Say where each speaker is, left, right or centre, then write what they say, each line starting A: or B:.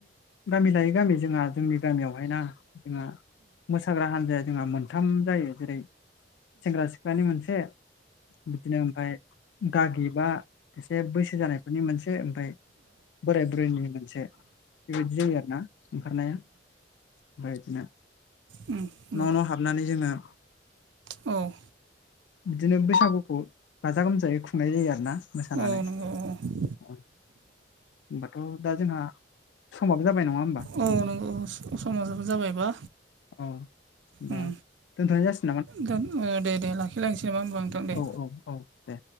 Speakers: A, on the left; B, on the right.
A: गामि लायै गामि जोंहा जोंनि गामियावहाय ना जोंहा मोसाग्रा हान्जाया जोंहा मोनथाम जायो। जेरै सेंग्रा सिख्लानि मोनसे बिदिनो ओमफाय गागि बा एसे बैसो जानायफोरनि मोनसे ओमफाय बोराय बुरैनि मोनसे बेबायदि जायो आरोना ओंखारनाया। ओमफाय बिदिनो
B: उम उम
A: न' न' हाबनानै जोङो
B: औ
A: बिदिनो बैसागुखौ गाजा गोमजायै खुंनाय जायो आरोना मोसानानै।
B: औ नंगौ उम औ उम नंगौ औ नंगौ औ
A: होनबाथ' दा जोंहा समाबो जाबाय नङा ओमबा?
B: औ नंगौ औ समाबो जाबायबा?
A: अ होमबा
B: उम
A: दोनथनाय जासि
B: दोन ओ दे दे लाखिलायनोसै नामा ओमबा नोंथां दे।
A: औ औ औ दे